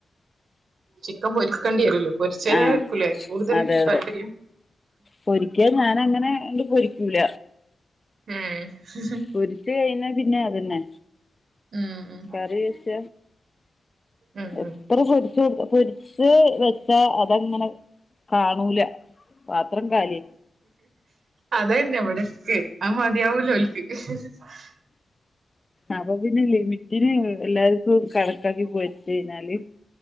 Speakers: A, on the right; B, on the left.
A: ചിക്കൻ പൊരിക്കണ്ടെയെരുലെ പൊരിച്ചത്തിനോടെക്കുലേ
B: ആഹ്
A: കൂടുതല്
B: അതെ അതെ
A: താല്പര്യം
B: പൊരിക്കാൻ ഞാനങ്ങനെ ണ്ട് പൊരിക്കൂല
A: ഏഹ്
B: പൊരിച്ച് കഴിഞ്ഞാ പിന്നെ അതന്നെ
A: ഉം ഉം
B: കറിവെച്ച
A: ഉം
B: എത്ര
A: ഉം
B: പൊരിച്ച കൊടു പൊരി ച്ച് വെച്ചാ അതങ്ങനെ കാണൂല പാത്രം ക
A: അതന്നെ വടൊക്ക്. ‌ അഹ്‌ മതിയാവൂലോൽക് <inaudible>
B: അപ്പൊ പിന്നെ ലിമിറ്റിന് എല്ലാർക്കു കണക്കാക്കി പൊയിച്ചഴിഞ്ഞാല്